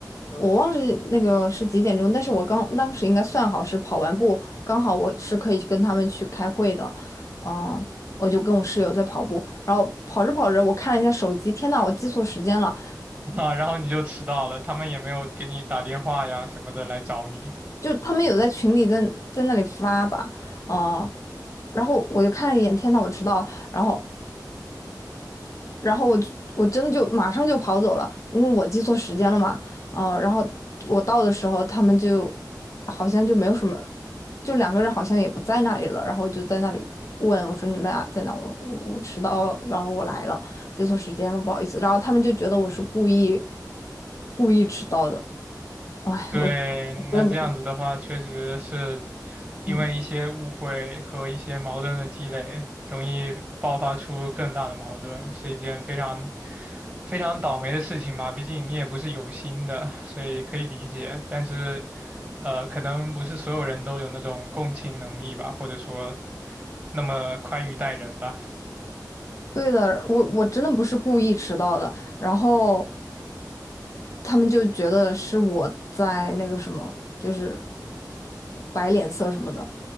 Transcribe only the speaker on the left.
我忘记那个是几点钟，但是我刚当时应该算好是跑完步，刚好我是可以跟他们去开会的，嗯、我就跟我室友在跑步，然后跑着跑着，我看了一下手机，天呐，我记错时间了，
就他们有在群里在在那里发吧，嗯、然后我就看了一眼，天呐，我迟到了，然后然后我就我真的就马上就跑走了，因为我记错时间了嘛，呃，然后我到的时候，他们就好像就没有什么，就两个人好像也不在那里了，然后就在那里问我说你们俩在哪？我我我迟到了，然后我来了，记错时间了，不好意思。然后他们就觉得我是故意故意迟到的，哎，
我真的不，
<laughs>
嗯，
对的，我我真的不是故意迟到的，然后他们就觉得是我在那个什么，就是摆脸色什么的。